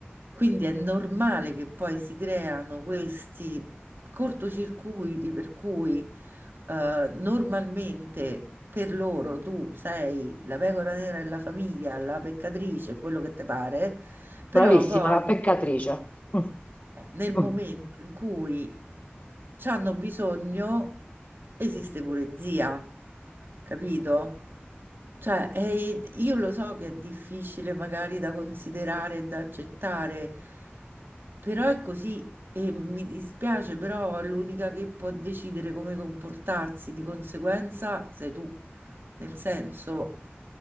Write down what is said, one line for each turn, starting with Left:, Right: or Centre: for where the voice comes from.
Right: Quindi è normale che poi si creano questi cortocircuiti per cui eh, normalmente per loro tu sei la pecora nera della famiglia, la peccatrice, quello che ti pare. Però
Left: Bravissima,
Right: poi
Left: la peccatrice. Mm,
Right: nel momento
Left: mm.
Right: in cui ci hanno bisogno, esiste pure zia, capito? Cioè, e io lo so che è difficile magari da considerare e da accettare, però è così e mi dispiace, però l'unica che può decidere come comportarsi di conseguenza sei tu. Nel senso,